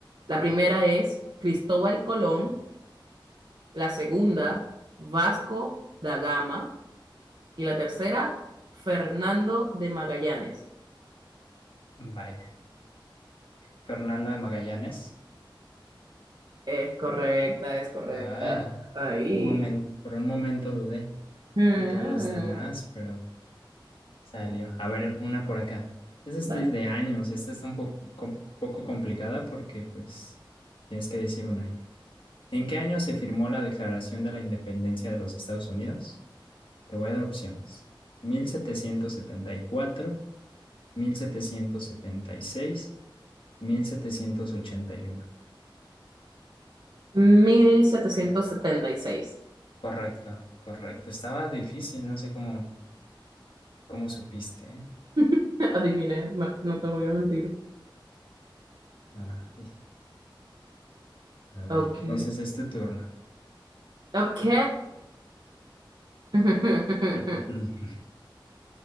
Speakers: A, on the right; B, on the left.
A: La primera es Cristóbal Colón, la segunda, Vasco da Gama. Y la tercera, Fernando de Magallanes.
B: Vaya, Fernando de Magallanes.
A: Es correcta, es correcta.
B: Ay,
A: Ahí.
B: un momento, por un momento dudé
A: Mm,
B: entre los demás, pero Salió. A ver, una por acá. Esta
A: dale.
B: es de de años. Esta está un poco, com- poco complicada porque, pues, tienes que decir un año. ¿En qué año se firmó la Declaración de la Independencia de los Estados Unidos? Te voy a dar opciones. mil mil mil setecientos setecientos setecientos setenta setenta y y cuatro seis mil setecientos ochenta y uno
A: 1776.
B: Correcto, correcto. Estaba difícil, no sé cómo, cómo supiste, ¿eh?
A: <laughs> Adiviné, ma- no te voy a mentir.
B: Ah, y- a ver,
A: Ok.
B: entonces es tu turno.
A: Ok. <laughs>
B: <laughs>